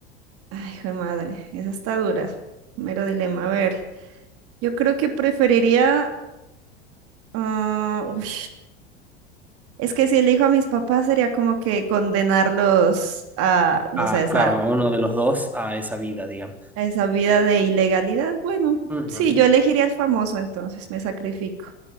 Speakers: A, on the right (about 45°); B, in the centre.
A: Ay, hijo de madre, esa está dura. Mero dilema. A ver, yo creo que preferiría... ah, uy. Es que si elijo a mis papás sería como que condenarlos a, no
B: Ah,
A: sé,
B: claro,
A: a,
B: a uno de los dos, a esa vida, digamos.
A: a esa vida de ilegalidad. Bueno,
B: Ujú.
A: sí, yo elegiría el famoso, entonces me sacrifico.